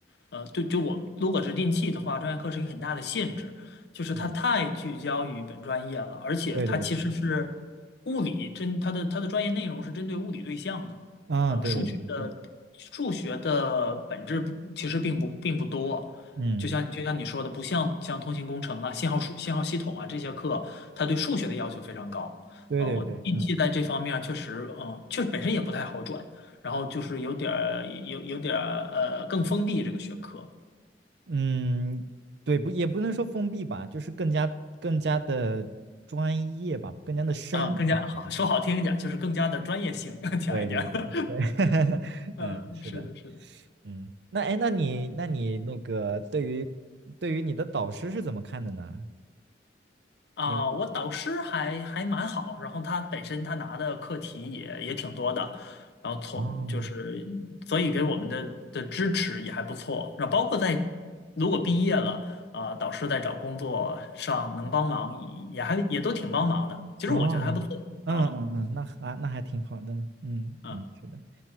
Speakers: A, on the left; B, on the right.
A: 呃，对，就我们如果是电期的话，专业课是一个很大的限制，就是它太聚焦于本专业了，
B: 嗯，
A: 而且它其实是
B: 对对对，
A: 物理针，它的它的专业内容是针对物理对象的，
B: 啊，
A: 呃，
B: 对对对，
A: 数学的数学的本质不其实并不并不多，
B: 是的，嗯，
A: 就像就像你说的，不像像通信工程啊、信号数信号系统啊这些课，它对数学的要求非常高。
B: 对对对，
A: 啊，我运气在这方面儿确实，
B: 嗯
A: 嗯，确实本身也不太好转，然后就是有点儿有有点儿呃更封闭这个学科
B: 嗯，对，不也不能说封闭吧，就是更加更加的专业吧，更加的深入吧，
A: 啊，更加好说好听一点儿就是更加的专业性
B: 我们说。
A: <laughs> 强一点儿。
B: 对对对对，<laughs>
A: <laughs> 嗯，
B: 嗯，是的，
A: 是的，是的。
B: 嗯，那哎，那你那你那个对于对于你的导师是怎么看的呢？
A: 啊，
B: 英语
A: 我导师还还蛮好，然后他本身他拿的课题也也挺多的，然后从就是所以给我们的的支持也还不错，
B: 哦
A: 然后包括在如果毕业了，啊，导师在找工作上能帮忙也还也都挺帮忙的，其实我觉得还不错啊，
B: 哦，嗯嗯嗯，那还那还挺好的，嗯嗯，
A: 嗯，
B: 是的，